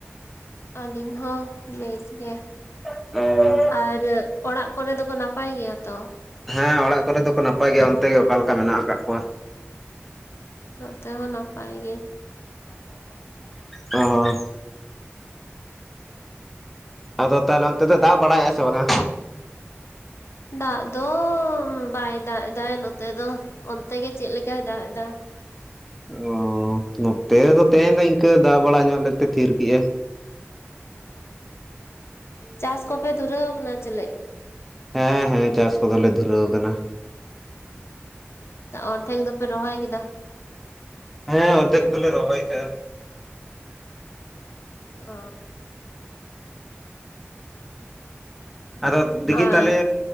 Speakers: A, on the left; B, in the centre.
A: ᱟᱹᱞᱤᱧ ᱦᱚᱸ ᱵᱮᱥ ᱜᱮ᱾
B: <unintelligible>
A: ᱟᱨ ᱚᱲᱟᱜ ᱠᱚᱨᱮ ᱫᱚᱠᱚ ᱱᱟᱯᱟᱭ ᱜᱮᱭᱟ ᱛᱚ?
B: ᱦᱮᱸ ᱚᱲᱟᱜ ᱠᱚᱨᱮ ᱫᱚᱠᱚ ᱱᱟᱯᱟᱭ ᱜᱮᱭᱟ ᱚᱱᱛᱮ ᱜᱮ ᱚᱠᱟᱞᱮᱠᱟ ᱢᱮᱱᱟᱜ ᱟᱠᱟᱫ ᱠᱚᱣᱟ?
A: ᱱᱚᱛᱮ ᱦᱚᱸ ᱱᱟᱯᱟᱭ ᱜᱮ
B: ᱚᱻ ᱟᱫᱚ ᱛᱟᱦᱞᱮ ᱚᱱᱛᱮ ᱫᱚ ᱫᱟᱜ ᱵᱟᱲᱟᱭᱮᱜᱼᱟ ᱥᱮ ᱵᱟᱝᱼᱟ?
A: ᱫᱟᱜ ᱫᱚ ᱵᱟᱭ ᱫᱟᱜ ᱮᱫᱟ ᱱᱚᱛᱮ ᱫᱚ ᱚᱱᱛᱮ ᱜᱮ ᱪᱮᱫ ᱞᱮᱠᱟᱭ ᱫᱟᱜ ᱮᱫᱟ?
B: ᱚ ᱱᱚᱛᱮ ᱨᱮ ᱫᱚ ᱛᱮᱦᱮᱹᱧ ᱫᱚ ᱤᱱᱠᱟᱹ ᱫᱟᱜ ᱵᱟᱲᱟ ᱧᱚᱜ ᱞᱮᱫᱛᱮ ᱛᱷᱤᱨ ᱠᱮᱜᱼᱟ᱾
A: ᱪᱟᱥ ᱠᱚᱯᱮ ᱫᱩᱨᱟᱹᱣ ᱟᱠᱟᱱᱟ ᱪᱮᱞᱮ?
B: ᱦᱮᱸ ᱦᱮᱸ ᱪᱟᱥ ᱠᱚᱫᱚᱞᱮ ᱫᱷᱩᱨᱟᱹᱣ ᱟᱠᱟᱱᱟ᱾
A: ᱟ ᱚᱨᱫᱷᱮᱠ ᱫᱚᱯᱮ ᱨᱚᱦᱚᱭ ᱠᱮᱫᱟ?
B: ᱦᱮᱸ ᱚᱨᱫᱮᱠ ᱫᱚᱞᱮ ᱨᱚᱦᱚᱭ ᱠᱟᱜᱼᱟ᱾
A: ᱚᱻ
B: ᱟᱫᱚ ᱫᱤᱠᱷᱤ
A: ᱟᱨ
B: ᱛᱟᱞᱦᱮ